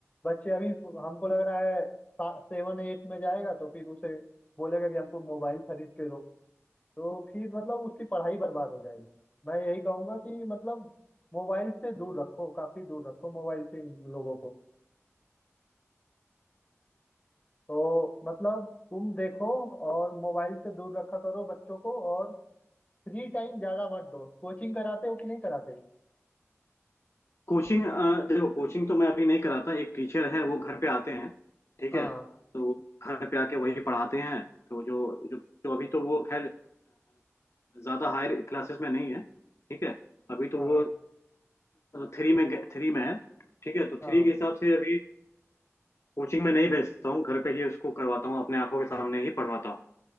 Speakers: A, on the left; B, on the left.
A: बच्चे अभी हमको लग रहा है सेवन एट में जाएगा तो फिर उसे बोलेगा कि हमको मोबाइल खरीद के दो तो फिर मतलब उसकी पढ़ाई बर्बाद हो जाएगी मैं यही कहूंगा कि मतलब मोबाइल से दूर रखो काफी दूर रखो मोबाइल से इन लोगों को तो मतलब तुम देखो और मोबाइल से दूर रखा करो बच्चों को और फ्री टाइम ज्यादा मत दो कोचिंग कराते हो कि नहीं कराते
B: कोचिंग अ, देखो कोचिंग तो मैं अभी नहीं कराता एक टीचर है वो घर पे आते हैं ठीक
A: हाँ
B: है तो वो घर पे आके वही पढ़ाते हैं तो जो जो, जो अभी तो वो खैर अ, ज्यादा हायर क्लासेस में नहीं है ठीक है अभी तो
A: हाँ
B: वो थ्री में थ्री में है ठीक है तो
A: हाँ
B: थ्री के हिसाब से अभी कोचिंग में नहीं भेजता हूँ घर पे ही उसको करवाता हूँ अपने आंखों के सामने ही पढ़वाता हूँ